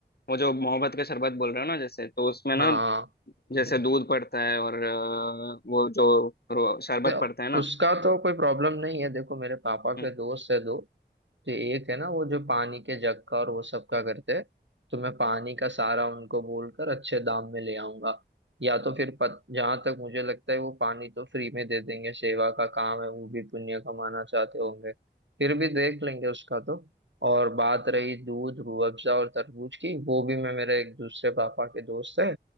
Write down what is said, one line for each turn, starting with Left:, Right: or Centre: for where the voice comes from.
Left: वो जो मोहब्बत का शरबत बोल रहे हो ना जैसे तो उसमें ना
Right: हाँ
Left: जैसे दूध पड़ता है और अ, वो जो रो- शरबत
Right: देखो,
Left: पड़ता है ना
Right: उसका तो कोई प्रॉब्लम नहीं है देखो मेरे पापा के
Left: हम्म,
Right: दोस्त है दो तो एक है ना वो जो पानी के जग का और वो सब का करते हैं तो मैं पानी का सारा उनको बोलकर अच्छे दाम में ले आऊंगा या तो फिर पत, जहां तक मुझे लगता है वो पानी तो फ्री में दे देंगे सेवा का काम है वो भी पुण्य कमाना चाहते होंगे फिर भी देख लेंगे उसका तो और बात रही दूध रूह अफ़ज़ा और तरबूज की वो भी मैं मेरे एक दूसरे पापा के दोस्त है